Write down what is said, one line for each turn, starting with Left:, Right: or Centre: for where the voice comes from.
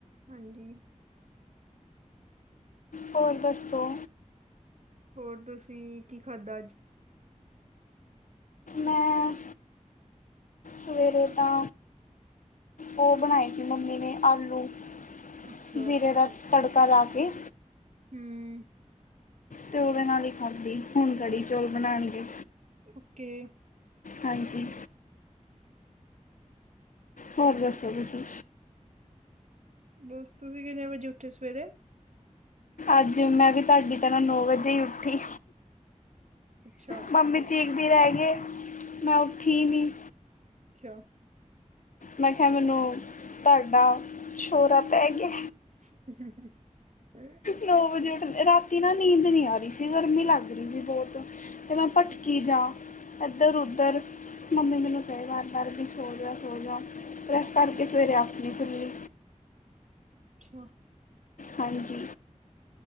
Right: ਹਾਂਜੀ,
Left: ਹੋਰ ਦੱਸੋ
Right: ਹੋਰ ਤੁਸੀਂ ਕੀ ਖਾਧਾ ਅੱਜ।
Left: ਮੈਂ ਸਵੇਰੇ ਤਾਂ ਉਹ ਬਣਾਏ ਸੀ, ਮੰਮੀ ਨੇ ਆਲੂ।
Right: ਅੱਛਾ
Left: ਜ਼ੀਰੇ ਦਾ ਤੜਕਾ ਲਾ ਕੇ।
Right: ਹੂੰ,
Left: ਤੇ ਉਹਦੇ ਨਾਲ ਹੀ ਖਾਧੀ, ਹੁਣ ਕੜੀ ਚੌਲ ਬਣਾਣਗੇ।
Right: ਓਕੇ,
Left: ਹਾਂਜੀ, ਹੋਰ ਦੱਸੋ ਤੁਸੀਂ
Right: ਤੁ ਤੁਸੀਂ ਕਿੰਨੇ ਵਜੇ ਉੱਠੇ ਸਵੇਰੇ।
Left: ਅੱਜ ਮੈਂ ਵੀ ਤੁਹਾਡੀ ਤਰ੍ਹਾਂ ਨੌ ਵਜੇ ਹੀ ਉੱਠੀ,
Right: ਅੱਛਾ
Left: ਮੰਮੀ ਚੀਕਦੀ ਰਹਿ ਗਏ, ਮੈਂ ਉੱਠੀ ਨੀ।
Right: ਅੱਛਾ,
Left: ਮੈਂ ਕਿਹਾ, ਮੈਨੂੰ ਤੁਹਾਡਾ ਸ਼ੋਰਾ ਪੈ ਗਿਆ।
Right: ਹੂੰ-ਹੂੰ-ਹੂੰ ਤੇ
Left: ਨੌ ਵਜੇ ਉੱਠ, ਰਾਤੀ ਨਾ ਨੀਂਦ ਨੀ ਆ ਰਹੀ ਸੀ, ਗਰਮੀ ਲੱਗ ਰਹੀ ਸੀ ਬਹੁਤ, ਤੇ ਮੈਂ ਭਟਕੀ
Right: ਅੱਛ
Left: ਜਾ ਇੱਧਰ- ਉੱਧਰ ਮੰਮੀ ਮੈਨੂੰ ਕਹੇ ਵਾਰ- ਵਾਰ ਵੀ ਸੋ ਜਾ, ਸੋ ਜਾ। ਉਸ ਕਰਕੇ
Right: ਅੱਛਾ
Left: ਸਵੇਰੇ ਅੱਖ ਨਹੀਂ ਖੁੱਲੀ
Right: ਅੱਛਾ
Left: ਹਾਂਜੀ